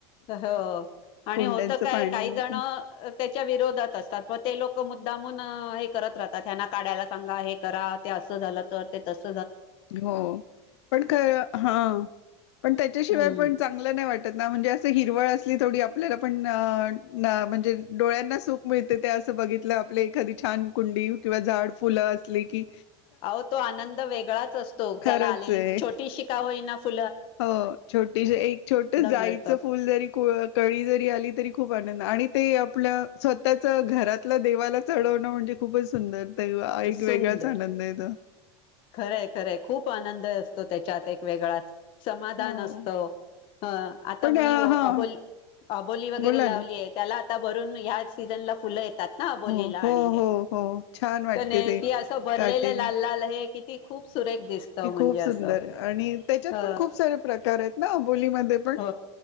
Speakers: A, on the left; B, on the left.
A: हो आणि
B: कुंड्यांचं
A: होत काय
B: पाणी
A: काही
B: नको
A: जण त्याच्या विरोधात असतात, मग ते लोक मु मुद्दामून हे करत राहतात, त्यांना काढायला सांगा, हे करा ते अस झाल तर, ते तस
B: हो पण खर हा पण त्याच्याशिवाय
A: हम्म
B: पण चांगलं नाही वाटत. ना म्हणजे असं हिरवळ असली थोडी आपल्याला पण म्हणजे डोळ्यांना सुख मिळते, ते असं बघितलं आपले एखादी छान कुंडी किंवा झाड फुलं असली. कि
A: आहों तो आनंद वेगळाच असतो. तो त्याला
B: खरंच
A: आलेली
B: आहे.
A: छोटी-शिका होई ना फु
B: हो छोटी एक छोट जायचं
A: मिळतो
B: फुल जरी कळी जरी आली. तरी खूप आनंद आणि ते आपल्या स्वतःच घरातलं देवाला चढवणं म्हणजे खूपच सुंदर ते एक
A: सुंदर
B: वेगळाच आनंद आहे तो.
A: खरंय खरंय खूप आनंद असतो त्याच्यात एक वेगळांच समाधान
B: हो
A: असत अ आता
B: पण
A: म
B: हां
A: अबोल अबोली वगैरे
B: बोला
A: लावली
B: ना.
A: आहे म त्याला आता भरून ह्या सीझन ला फुलं ये तात ना अबोलीला
B: हो
A: आणि
B: हो
A: हे
B: हो हो छान वाटते
A: तर नाही
B: ते
A: त असं भरलेलं
B: काटे
A: लाल लाल आहे. ते किती खूप सुरेख दिसत म्हणजे
B: की खूप
A: असं
B: सुंदर आणि त्याच्यात
A: अ
B: पण खूप सारे प्रकार आहेत. ना अबोलीमध्ये पण
A: हो